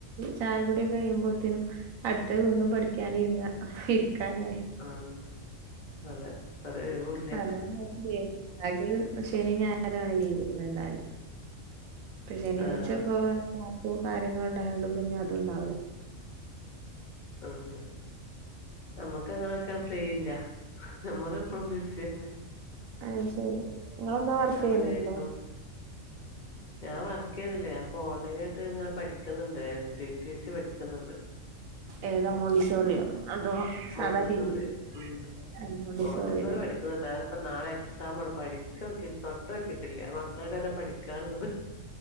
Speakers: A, on the right; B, on the left.
A: ചായ കുടിയൊക്കെ കഴിയുമ്പോഴത്തേനും അടുത്തത് വീണ്ടും പഠിക്കാന് ര്ങ്ങ ഇരിക്കാനായി
B: ആഹ് അതെ ഒരൊഴിവൂല്ല
A: അതാണ് അവർക്ക് ദേ അത് ശനി ഞയാറാണ് ലീവ് <unintelligible> ഇപ്പൊ ശനിയാഴ്ചപ്പൊ
B: ആഹ്
A: <unintelligible> സ്കൂളും കാര്യങ്ങളും ഉണ്ടായോണ്ട് ഇപ്പോ ഇനി അത് ഉണ്ടാവൂല്ല
B: ആഹ് നമ്മക്ക അങ്ങനക്കെ ഫ്രീയില്ല. നമ്മക്ക് എപ്പളും ബിസി തന്നെ
A: അയ് ശരി ഇങ്ങളെന്താ വർക്ക് ചെയ്യുന്നുണ്ടോ
B: പണിയായിട്ടും ഞാൻ വർക്ക് ചെയ്യുന്നില്ല ഇപ്പൊ ഓൺലൈൻ ആയിട്ട് ഇങ്ങെനെ പഠിക്കുന്നുണ്ട് ക്കുന്നുണ്ട്
A: ഏതാ മോണ്ടിസോറിയോ അതോ
B: മോണ്ടിസോറി
A: സാധാ ടി ടി സി
B: അം
A: മോണ്ടിസോറില്ലേ
B: മോണ്ടിസോറി പഠിക്കുന്നുണ്ട് ഇപ്പം നാളെ എക്സാം ആണ് പഠിചൊക്കെ തൊട്ടൊക്കിട്ടില്ല മക്കളുടെ തന്നെ പഠിക്കാനുള്ളത്